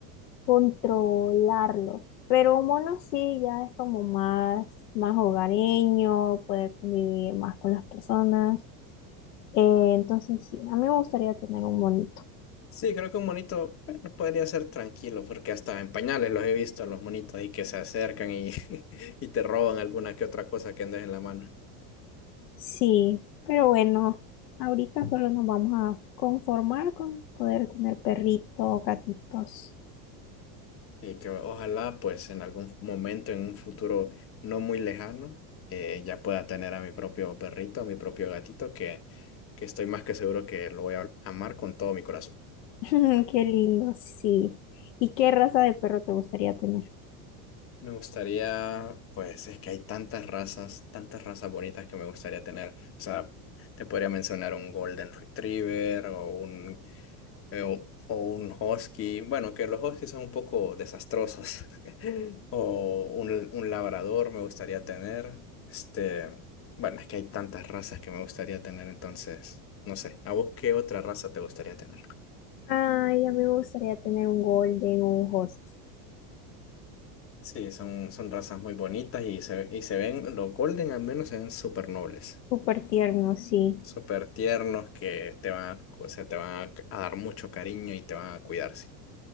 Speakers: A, on the left (about 85°); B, on the left (about 30°).
A: controlarlos. Pero un mono sí ya es como más, más hogareño, puede convivir más con las personas. Eh, entonces sí, a mí me gustaría tener un bonito.
B: Sí, creo que un monito, bueno, podría ser tranquilo, porque hasta en pañales los he visto, los monitos ahí que se acercan y, <laughs> y te roban alguna que otra cosa que andes en la mano.
A: Sí, pero bueno, ahorita solo nos vamos a conformar con poder tener perrito o gatitos.
B: Y que ojalá, pues, en algún momento, en un futuro no muy lejano, eh, ya pueda tener a mi propio perrito, a mi propio gatito, que, que estoy más que seguro que lo voy a amar con todo mi corazón.
A: <laughs> Qué lindo, sí. ¿Y qué raza de perro te gustaría tener?
B: Me gustaría, pues es que hay tantas razas, tantas razas bonitas que me gustaría tener. O sea, te podría mencionar un Golden Retriever o un, eh, o, o un Husky. Bueno, que los Huskies son un poco desastrosos. <laughs> O un, un Labrador me gustaría tener. Este, bueno, es que hay tantas razas que me gustaría tener, entonces, no sé. ¿A vos qué otra raza te gustaría tener?
A: Ay, a mí me gustaría tener un golden o un husky.
B: Sí, son, son razas muy bonitas y se, y se ven, los Golden al menos se ven súper nobles.
A: Súper tierno, sí.
B: súper tiernos que te van a, o sea, te van a, a dar mucho cariño y te van a cuidarse.